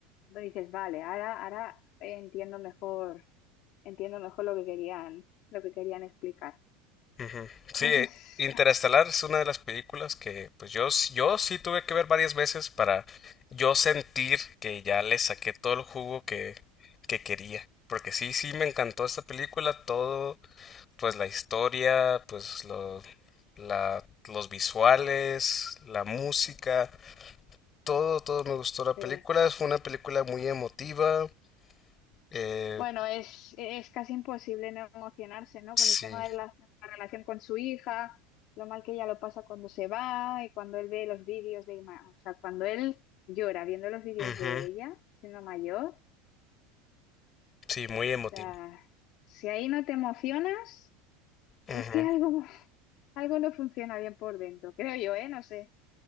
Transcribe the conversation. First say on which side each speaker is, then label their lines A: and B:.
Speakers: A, on the left; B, on the left.
A: pues dices, vale, ahora, ahora entiendo mejor, entiendo mejor lo que querían, lo que querían explicar.
B: ujú. Sí,
A: Pues
B: eh,
A: es,
B: Interestelar es una de las películas que pues yo, s- yo sí tuve que ver varias veces para yo sentir que ya le saqué todo el jugo que, que quería. Porque sí, sí me encantó esta película, todo, pues la historia, pues lo, la, los visuales, la música, todo, todo me gustó la
A: eh,
B: película. Fue una película muy emotiva. eh,
A: bueno, es, es casi imposible no emocionarse, ¿no?
B: sí,
A: Con el tema de relación- la relación con su hija, lo mal que ella lo pasa cuando se va y cuando él ve los vídeos de, Ima- o sea, cuando él llora viendo los vídeos
B: ujú,
A: de ella siendo mayor, o
B: sí, muy emotiva.
A: sea, si ahí no te emocionas.
B: Ujú,
A: Es que algo, <laughs> algo no funciona bien por dentro, creo yo, ¿eh? No sé,